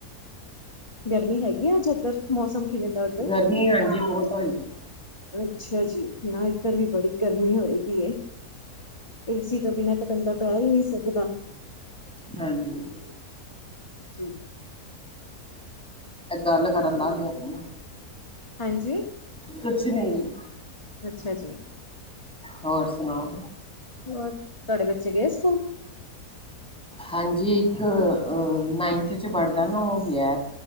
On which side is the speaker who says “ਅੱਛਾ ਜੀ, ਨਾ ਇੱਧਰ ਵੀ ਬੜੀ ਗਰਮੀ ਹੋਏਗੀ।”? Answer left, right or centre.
Left